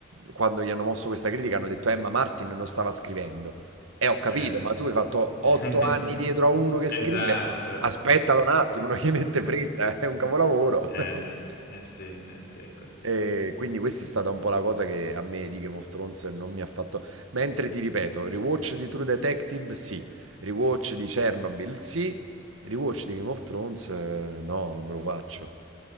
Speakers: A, on the right; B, on the left.
A: quando gli hanno mosso questa critica, hanno detto, eh, ma Martin non stava scrivendo. E ho capito,
B: Eh.
A: ma tu hai fatto
B: <laughs>
A: otto anni dietro a uno che scrive.
B: Esatto.
A: Aspettalo un attimo, non gli mette fretta, è un capolavoro.
B: Eh,
A: <laughs>
B: eh sì, eh sì, è così,
A: E
B: è così.
A: quindi questa è stata un po' la cosa che a me di Game of Thrones non mi ha fatto. Mentre ti ripeto, rewatch di True Detective sì, rewatch di Chernobyl sì, rewatch di Game of Thrones eh, no, non me lo faccio.